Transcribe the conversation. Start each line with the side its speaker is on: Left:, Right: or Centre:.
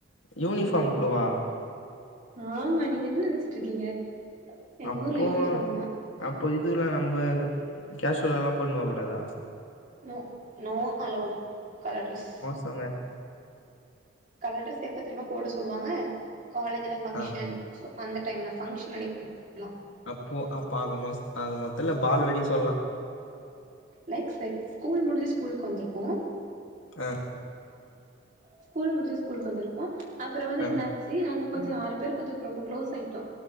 Left: யூனிஃபார்ம்
Right: எல்லா
Left: கூடவா
Right: ஆமா நீங்க என்ன நெனச்சுட்டு இருக்கீங்க எங்க
Left: அப்போ
Right: ஊர்ல யூனிஃபார்ம் தா
Left: அப்போ இதுல்ல நம்ம கேஷுவலல்லா போடுன்னுபோ கூடாதா
Right: no no allowed colour dress
Left: போங்க
Right: கலர் ட்ரெஸ் எப்ப தெரிமா போட சொல்வாங்க காலேஜில ஃபங்க்ஷன்
Left: ஆ.
Right: ஸோ அந்த டைம்ல ஃபங்ஷன் அன்னைக்கி போட்டுக்குலா
Left: அப்போ அப்ப ஆக மொஸ் ஆக மொத்ததுல்ல பால் வெடி சொல்லலா
Right: லைக் சைக் ஸ்கூல் முடிஞ்சு ஸ்கூலுக்கு வந்திருக்கோ
Left: ஆ
Right: ஸ்கூல் முடிஞ்சு ஸ்கூலுக்கு வந்திருக்கோ அப்புறோ வந்து
Left: ஆ.
Right: என்ன சரி நாங்க கொஞ்சோ ஆறு பேரு கொஞ்ஜோ ரொம்ப க்ளோஸ் ஆயிட்டோ